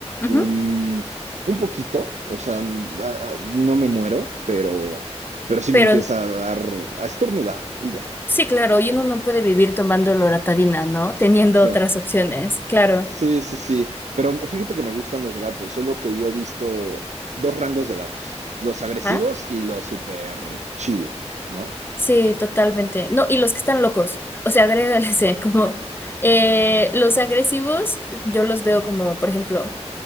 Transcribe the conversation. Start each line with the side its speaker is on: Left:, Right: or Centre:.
Right: Un,
Left: ujú.
Right: un poquito, o sea, n- a- a- no me muero, pero, pero sí
Left: Pero
Right: me empieza a dar, a estornudar y ya.
Left: sí, claro, y uno no puede vivir tomando loratadina, ¿no? Teniendo
Right: Sí.
Left: otras opciones, claro.
Right: Sí, sí, sí. Pero fíjate que me gustan los gatos, solo que yo he visto dos rangos de gatos, los agresivos
Left: ¿Ah?
Right: y los super chill, ¿no?
Left: Sí, totalmente. No, y los que están locos, o sea, <laughs> agrégales, eh, como eh, los agresivos, yo los veo como, por ejemplo,